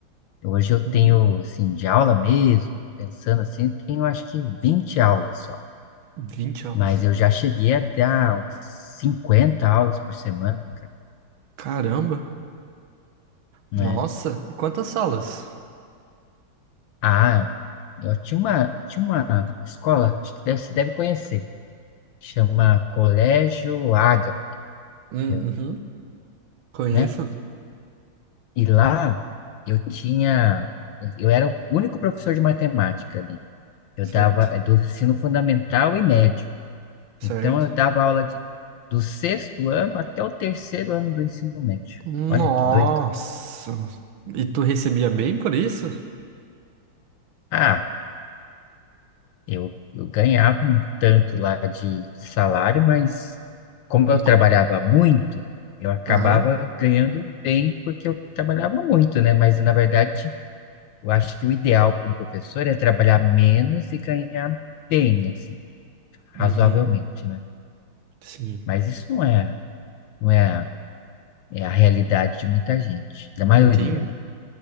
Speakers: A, on the left; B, on the right.
A: Hoje eu tenho,
B: Uhum.
A: assim, de aula mesmo, pensando assim, tenho acho que 20 aulas só.
B: 20 anos.
A: Mas eu já cheguei a dar uns 50 aulas por semana, cara.
B: Caramba!
A: né?
B: Nossa! E quantas salas?
A: Ah, eu tinha uma, tinha uma escola, acho que deve, você deve conhecer, chama Colégio Ágape,
B: Hum,
A: eu,
B: Uhum. Conheço?
A: né? E lá eu tinha, eu era o único professor de matemática ali. Eu
B: Certo,
A: dava eh, do ensino fundamental e médio.
B: certo.
A: Então eu dava aula de, do sexto ano até o terceiro ano do ensino médio.
B: Nossa!
A: Olha que doido.
B: E tu recebia bem por isso?
A: Ah, Eu, eu ganhava um tanto lá de salário, mas como
B: Não
A: eu
B: comprei.
A: trabalhava muito, eu acabava
B: Aham.
A: ganhando bem porque eu trabalhava muito, né? Mas na verdade, eu acho que o ideal para um professor é trabalhar menos e ganhar bem, assim, razoavelmente,
B: Uhum.
A: né?
B: Sim.
A: Mas isso não é, não é, a- é a realidade de muita gente, da maioria,
B: Entendi.
A: né?